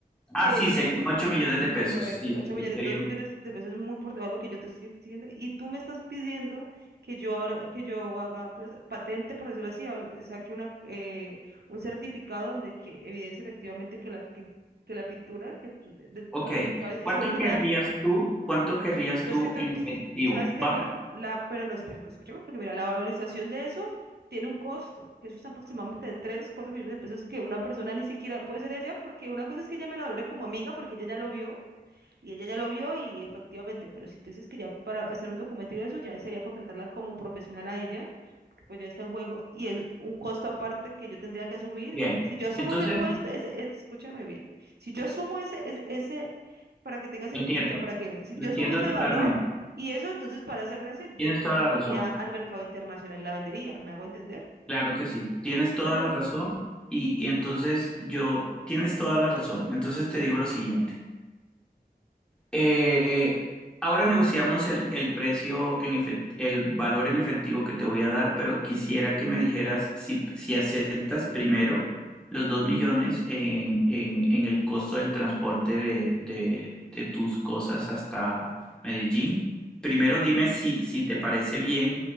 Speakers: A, in the centre; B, on the right.
A: Ah,
B: que
A: sí, serían 8 millones de pesos.
B: eh, correcto,
A: Sí,
B: 8
A: sí, sí,
B: millones,
A: serían.
B: 2 millones de pesos es muy por debajo de lo que yo te estoy diciendo y tú me estás pidiendo que yo ahora, que yo haga pues patente, por decirlo así, al- saque una, eh, un certificado donde que evidencie efectivamente que la, pin- que la pintura que tú de- del
A: Ok.
B: fondo, ¿sabes? Es
A: ¿Cuánto
B: original,
A: querrías tú? ¿Cuánto querrías
B: pero
A: tú
B: es que tú
A: en efectivo?
B: sabes
A: Vamos.
B: que la, la, pero no, espera, que escúchame, porque mira, la valorización de eso tiene un costo, que eso está aproximadamente de 3 4 millones de pesos que una persona ni siquiera puede ser ella, porque una cosa es que ella me la valore como amiga, porque ella ya lo vio y ella ya lo vio y efectivamente, pero si tú dices que ya para hacer un documento y eso, ya sería contratarla como profesional a ella, porque pues ya está en juego y es un costo aparte que yo tendría que asumir.
A: Bien,
B: Entonces, si yo asumo
A: entonces
B: ese cuesta, ese- eh, escúchame bien, si yo asumo ese, ese, ese, para que tengas en
A: lo entiendo,
B: cuenta, para que, si
A: lo
B: yo
A: entiendo
B: asumo ese
A: totalmente.
B: valor y eso, entonces para esa gracia yo
A: Tienes
B: entonces
A: toda la razón,
B: iría al mercado internacional y la vendería, ¿me hago entender?
A: claro que sí, tienes
B: Yo te estoy
A: toda
B: dando-
A: la razón y, y entonces yo, tienes toda la razón, entonces te digo lo siguiente. Eh, ahora negociamos el, el precio en efec- el valor en efectivo que te voy a dar, pero quisiera que me dijeras si, si aceptas primero los dos millones en, en- en el costo del transporte de, de- de tus cosas hasta Medellín. Primero dime si, si te parece bien